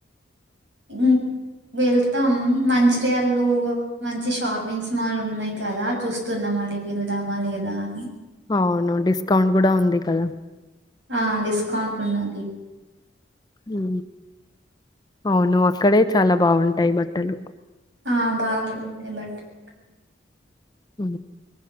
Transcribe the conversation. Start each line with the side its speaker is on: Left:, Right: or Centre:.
Right: <inaudible> వెళ్తాం మంచిర్యాళ్లో మంచి షాపింగ్స్ మాల్ ఉన్నాయి కదా చూస్తున్నాం. మళ్ళీ వెళ్దామా లేదా అని
Left: అవును డిస్కౌంట్ గుడా ఉంది కదా.
Right: ఆ డిస్కౌంట్ ఉన్నది
Left: ఉ అవును అక్కడే చాలా బాగుంటాయి బట్టలు
Right: ఆ బాగా ఉంటాయి బట్టలు అక్కడ
Left: ఉ